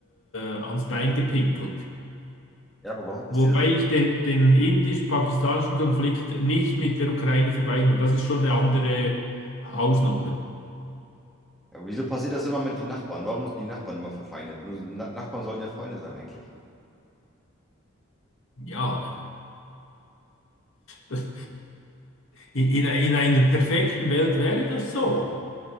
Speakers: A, on the left (about 70°); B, in the centre.
A: äh, ans Bein gepinkelt.
B: Ja, aber warum passiert
A: Wobei
B: das?
A: ich den, den indisch-pakistanischen Konflikt nicht mit der Ukraine vergleichen will. Das ist schon eine andere Hausnummer.
B: Ja, Aber wieso passiert das immer mit den Nachbarn? Warum sind die Nachbarn immer verfeindet? Nur- so, Na Nachbarn sollen ja Freunde sein eigentlich.
A: Ja, das, in, in in einer perfekten Welt wäre das so.